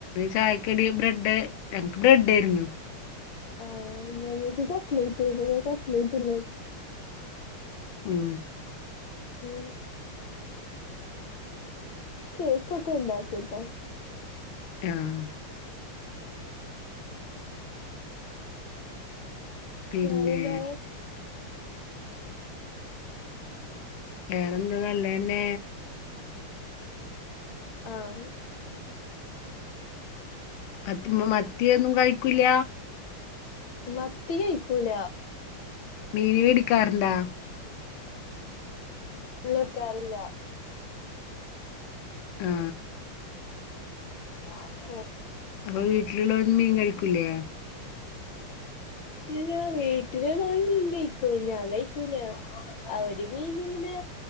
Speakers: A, on the left (about 80°); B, on the left (about 65°).
A: ചായക്കടി ബ്രെഡ്? ഞങ്ങക്ക് ബ്രഡയിര്ന്നു.
B: ഓഹ് ഞങ്ങക്ക് കട്ലൈറ്റ്ര്ന്നു ഞാൻ കട്ലൈറ്റ് ന്ന്.
A: ഉം
B: ഉം കേക്കക്കൊണ്ടാക്കുട്ടോ.
A: ആഹ് പിന്നെ?
B: വേറെന്താ
A: വേറെന്താ നല്ലന്നെ?
B: ആഹ്
A: മത്തി മ്പൊ മത്തിയൊന്നും കഴിക്കൂല്ല?
B: മത്തി ക്കൂല
A: മീന് വേടിക്കാറുണ്ടാ?
B: ല്ല ക്കാറില്ല
A: ആഹ്
B: ആഹ്
A: അപ്പ വീട്ടിലുള്ളോരൊന്നും മീൻ കഴിക്കൂല്ലേ?
B: ഇല്ല വീട്ടിലല്ലാരും മീൻ കഴിക്കും ഞാൻ കഴിക്കൂല. അവര് മീനിങ്ങനെ